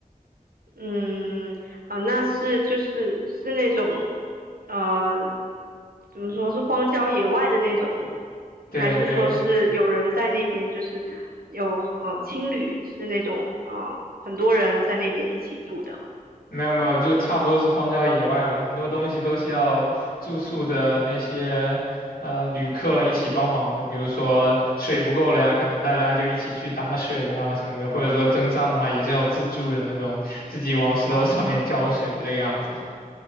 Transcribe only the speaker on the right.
嗯，啊、那是就是是那种，呃，怎么说是荒郊野外的那种，
还是说是有人在那边，就是有嗯、呃青旅是那种啊、呃很多人在那边一起住的。